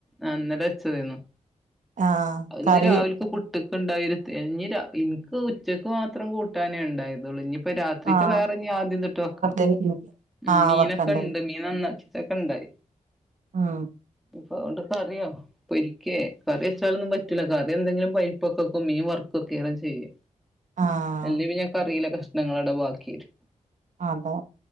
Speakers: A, in the centre; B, on the right.
A: ആഹ് ഇന്നല വെച്ചതെയ്ന്നു
B: ആഹ്
A: അയ് ഇന്ന്
B: കറി
A: രാവിലക്ക് പുട്ട് <unintelligible> ഇന്ക്ക് ഉച്ചക്ക് മാത്രം കൂട്ടാനേ ഉണ്ടായതുള്ളൂ ഇനി ഇപ്പ രാത്രിക്ക്
B: ആഹ്
A: വേറെഞ്ഞി ആദ്യം തൊട്ട് വെക്കണം
B: <unintelligible>
A: ഉം മീനക്ക
B: വെക്കണ്ടേ
A: ഇണ്ട് മീൻ നന്നാക്കിച്ച് വെക്കല് ഇണ്ടായി
B: ആഹ്
A: ഇപ്പ ഒണ്ട് കറിയാം പൊരിക്കേ കറി വെച്ചാലൊന്നും പറ്റൂല കറി എന്തെങ്കിലും പരിപ്പൊക്ക വെക്കും മീൻ വർക്കൊക്കെ ചെയ്യും
B: ആഹ്
A: അല്ലേ പിന്ന കറീല കഷ്ണങ്ങള് അവിടെ ബാക്കി വരും
B: അതാ